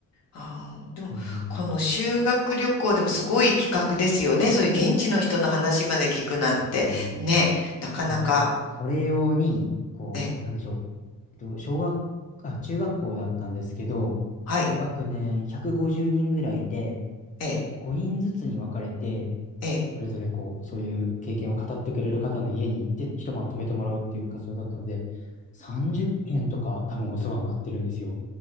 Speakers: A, on the left; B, on the left.
A: ああ、でも、
B: うんうん、
A: この修学旅行でもすごい企画ですよね。そういう現地の人の話まで聞くなんて、
B: そうですね。
A: ね、なかなか。
B: もうそれ用に、こう、
A: ね
B: なんでしょう。えっと、小学、あ、中学校だったんですけど、
A: はい。
B: 一学年150人ぐらいいて、
A: ええ、
B: 5人ずつに分かれて、
A: ええ、
B: それぞれこう、そういう経験を語ってくれる方の家に行って一晩泊めてもらうっていう活動だったので、30件とか多分お世話になってるんですよ。